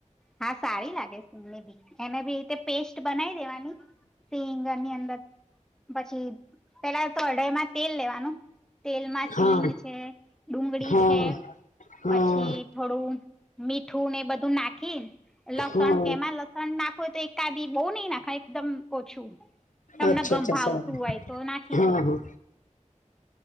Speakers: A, in the centre; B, on the left.
A: હા સારી લાગે સિંગની બી, એને બી એ રીતે પેસ્ટ બનાઈ દેવાની સિંગની અંદર, પછી પેલા તો અડાઈમાં તેલ લેવાનું તેલમાં
B: હા
A: સિંગ, છે ડુંગળી
B: હા
A: છે,
B: હા
A: પછી થોડું, મીઠું ને એ બધું નાખ <unintelligible> લસણ
B: હા
A: એમાં લસણ નાખવું તો એક કાદી બહુ નય નાખાય એકદમ ઓછું તમને
B: અચ્છા
A: ગંમ
B: અચ્છા
A: ભાવતું
B: સારું
A: હોય તો નાખી
B: હા
A: શકો.
B: હા